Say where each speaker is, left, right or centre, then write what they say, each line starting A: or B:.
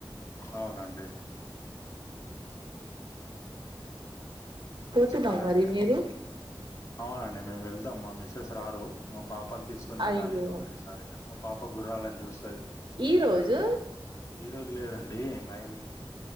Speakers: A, on the left; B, on the right.
A: అవునండి
B: పోతున్నాం
A: చెప్పండండి
B: మరి మీరు
A: అవునండి మేము వెళ్దాం మా మిస్సెస్ రారు మా పాప పాపని తీసుకొని వెళ్ళాలి
B: అయ్యో
A: ఈ సారి మా పాప గుర్రాలని చూస్తుది
B: ఈ రోజు
A: ఈ రోజు లేదండి నైన్ కి